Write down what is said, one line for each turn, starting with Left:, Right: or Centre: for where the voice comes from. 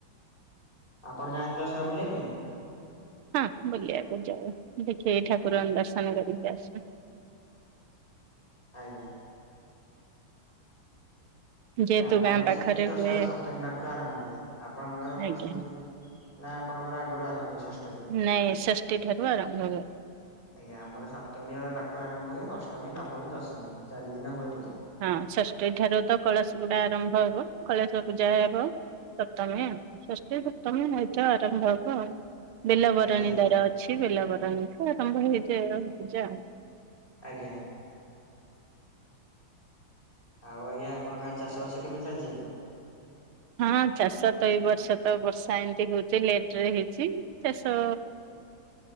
Left: ଆପଣ ଯାଆନ୍ତି ଦଶହରା ବୁଲିବା ପାଇଁ?
Right: ହଁ ବୁଲିବାକୁ ଯାଉ ଦେଖିକି ଠାକୁରଙ୍କ ଦର୍ଶନ କରିକି ଆସୁ।
Left: ଆଜ୍ଞା।
Right: ଯେହେତୁ
Left: ଏ ଆମ
Right: ଗାଁ
Left: ଆଡ଼େ ବି
Right: ପାଖରେ
Left: ସେମିତି ଦଶହରା
Right: ହୁଏ।
Left: ସପ୍ତମୀ ପାଖୁରୁ ଆରମ୍ଭ ହୁଏ ଆପଣଙ୍କର
Right: ଆଜ୍ଞା
Left: ସେମିତି ନାଁ ଆପଣଙ୍କର ଆଗରୁ ଆରମ୍ଭ ହୁଏ ଷଷ୍
Right: ନାଇଁ ଷଷ୍ଠୀ ଠାରୁ ଆରମ୍ଭ ହୁଏ।
Left: ଆଜ୍ଞା ଆମର ସପ୍ତମୀ ଆଉ ଏ ପାଖୁରୁ ଆରମ୍ଭ ହୁଏ ଅଷ୍ଟମୀ ନବମୀ ଦଶମୀ ଚାରି ଦିନ ହୁଏ ପୂଜା।
Right: ହଁ ଷଷ୍ଠୀ ଠାରୁ ତ କଳସ ବୁଡା ଆରମ୍ଭ ହବ କଳସ ପୂଜା ହେବ। ସପ୍ତମୀ ଷଷ୍ଠୀ ସପ୍ତମୀ ଏଇଥ ଆରମ୍ଭ ହବ ଆଉ। ବେଲବରଣୀ
Left: ଆଜ୍ଞା ଆଜ୍ଞା
Right: ଦାର ଅଛି ବେଲବରଣୀଠୁ ଆରମ୍ଭ ହେଇଯାଏ ଆଉ ପୂଜା।
Left: ଆଜ୍ଞା। ଆଉ ଆଜ୍ଞା ଆପଣ ଆଡ଼େ ଚାଷ ବାସ କେମି ଚାଲିଚି ଏବେ?
Right: ହଁ ଚାଷ ତ ଏଇ ବର୍ଷ ତ ବର୍ଷା ଏମିତି ହୋଉଚି ଲେଟରେ ହେଇଚି ଚାଷ